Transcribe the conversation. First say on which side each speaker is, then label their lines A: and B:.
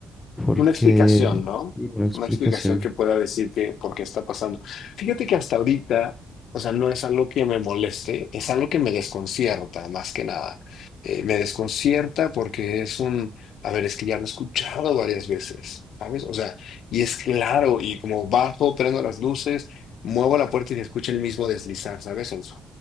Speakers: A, on the left; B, on the left.
A: porque
B: Una explicación, ¿no?
A: sí, una explicación,
B: Una explicación que pueda decir que por qué está pasando. Fíjate que hasta ahorita, o sea, no es algo que me moleste, es algo que me desconcierta, más que nada. Eh, me desconcierta porque es un, a ver, es que ya lo he escuchado varias veces, ¿sabes? O sea, y es claro, y como bajo, prendo las luces, muevo la puerta y se escucha el mismo deslizar, ¿sabes? El su-